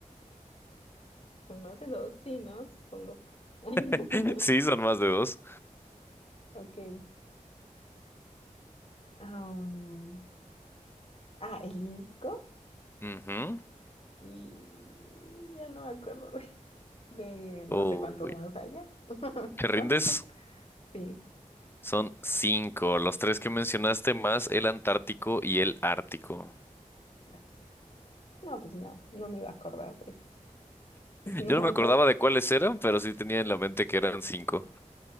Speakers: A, on the left; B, on the left.
A: Son más de dos, sí, ¿no? Supongo. <laughs>
B: <laughs> Sí, son más de dos.
A: Ok. Am, ah, el Índico.
B: Ujú.
A: Y ya no me acuerdo de, de no
B: Uy,
A: sé cuántos más allá. <laughs>
B: ¿te rindes?
A: ¿Cuántos son? Sí.
B: Son cinco, los tres que mencionaste más el Antártico y el Ártico.
A: na- No, pues nada, no me iba a acordar de eso <laughs> No,
B: Yo no me acordaba
A: te,
B: de cuáles eran, pero sí tenía en la mente que eran cinco.